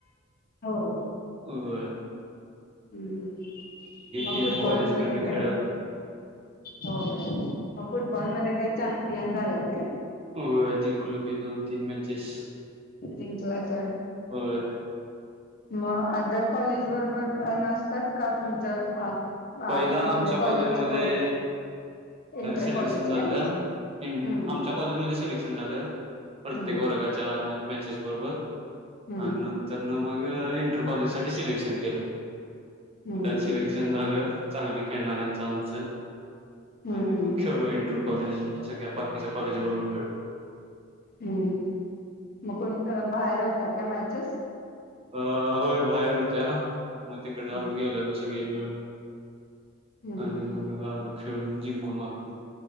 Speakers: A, on the left; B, on the right.
A: होय
B: हो...
A: हम्म मग
B: टीम
A: फुटबॉल
B: कॉलेजकडनं
A: मध्ये काय?
B: खेळायलो
A: हो.. म फुटबॉलमध्ये काही छान... यंगाल लागत...
B: हो जिंकलू की दोन तीन मॅचेस...
A: जिंकलाताय होय...
B: होय.
A: मग आदर कॉलेज बरोबर नसतात का तुमच्या... आत
B: पहिला
A: म्हणजे
B: आमच्या
A: कॉलेजच्या
B: कॉलेजमध्ये
A: कॉलेज इंटर
B: सिलेक्शन
A: कॉलेज
B: झालं
A: काय हम्म
B: आमच्या कॉलेजमध्ये सिलेक्शन झालं प्रत्येक
A: हम्म
B: वर्गाच्या... मॅचेस बरोबर...
A: हम्म
B: आणि नंतर न म.... इंटर कॉलेज साठी सिलेक्शन केलं...
A: हम्म
B: त्यात सिलेक्शन
A: हम्म
B: झालं... चांगली खेळणाऱ्यांचं आमचं...
A: हम्म
B: आणि
A: हम्म
B: मग खेळू इंटर कॉलेज... सगळ्या बाकीच्या कॉलेज बरोबर खेळलो.
A: हम्म मग कोणी तर बाहेर होत काय? मॅचेस
B: अ होय बाहेर होत्या. म तिकड
A: हम्म
B: आम्ही गेलेलो सग गेे मिळून
A: हम्म
B: आणि
A: हम्म
B: मग आलो खेळून जिंकून आलो.